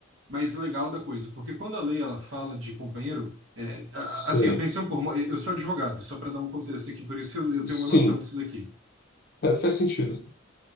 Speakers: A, on the right; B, on the left.
A: mais legal da coisa, porque quando a lei ela fala de companheiro, é, a-
B: Sei.
A: assim, a pensão por morte, eu sou advogado, só para dar um contexto aqui, por isso que eu, eu tenho
B: Sim,
A: uma noção disso daqui.
B: fa- faz sentido.